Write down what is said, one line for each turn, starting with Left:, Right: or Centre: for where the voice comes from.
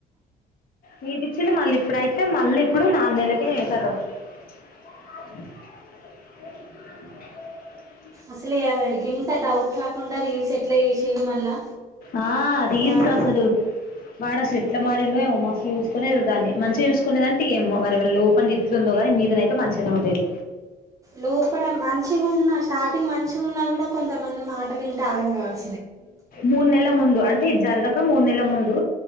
Left: తీపిచ్చిల్లు మళ్ళ ఇప్పుడైతే మళ్ళ ఇప్పుడు నాలుగు నెలకే కతం <unintelligible>
Right: అసలు ఇంత డౌట్ రాకుండా రీల్స్ ఎట్లా చేసిల్లు మళ్ళా
Left: ఆ రీల్స్
Right: వాడు
Left: అసలు వాడు అసలు ఎట్లా మారిండో ఏమో మస్తు చూసుకునేది దాన్నీ మంచిగా చూసుకుది అంటే ఏమో వాడి లోపంల గేట్లు ఉందో కానీ మీదనైతే మంచిగానే ఉండేది
Right: లోపల మంచిగా ఉన్న స్టార్టింగ్ మంచిగా ఉన్నా కూడా కొంతమంది మాటలు ఇంటే ఆగంగారు
Left: మూడు నెలల ముందు అంటే ఇడి జరుగాక మూడు నెల్ల ముందు